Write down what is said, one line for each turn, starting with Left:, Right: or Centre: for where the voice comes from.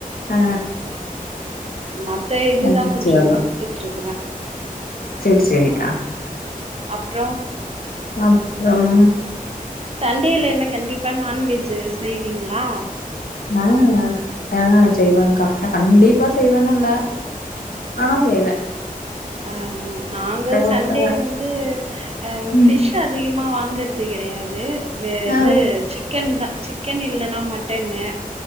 Left: ஆ
Right: மத்த இதுதா
Left: அச்சச்சோ
Right: கொஞ்சோ குடுத் துட்ருக்கறேன்
Left: சேரி சேரிக்கா
Right: அ அப்றோ
Left: அப்றோம்
Right: சண்டேல என்ன கண்டிப்பா நான்வெஜு செய்வீங்ளா
Left: அ அ செய்வங்க்கா ஆனா கண்டிப்பா செய்வன்னில்ல ஆனா செய்வேன்
Right: அ அ நாங்க
Left: விட்ருவே
Right: சண்டே வந்து அ
Left: ம்
Right: ஃபிஷ் அதிகமா வாங்கறது கெடையாது வே
Left: ஆ
Right: இது சிக் சிக்கன்தா சிக்கன் இல்லனா மட்டனு